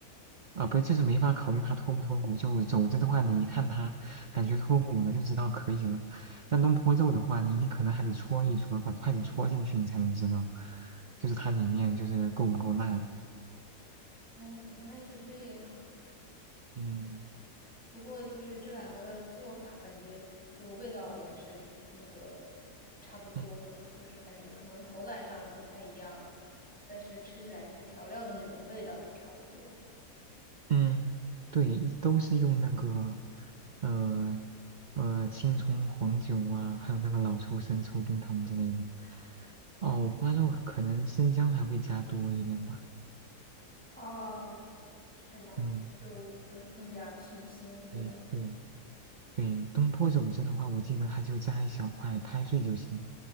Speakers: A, on the right (about 40°); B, in the centre.
A: 啊，不是，就是没法考虑它脱不脱骨。就肘子的话，你一看它感觉脱骨了，就知道可以了。但东坡肉的话，你你可能还得戳一戳，把筷子戳进去，你才能知道，就是它里面就是够不够烂。
B: 哦，原来是这样。
A: 嗯
B: 不过就是这两个的做法，感觉就味道也是那个就差不多的嘛，
A: 嗯
B: 就是感觉可能口感上不太一样，但是吃起来就是调料的那种味道是差不多的。
A: 嗯，对，一都是用那个呃呃青葱黄酒啊，还有那个老抽、生抽、冰糖之类的。哦，五花肉可能生姜还会加多一点吧。
B: 哦，是吗？
A: 嗯，
B: 就就是更加去腥，对吧？
A: 对对。对，东坡肘子的话，我记得它就加一小块，拍碎就行。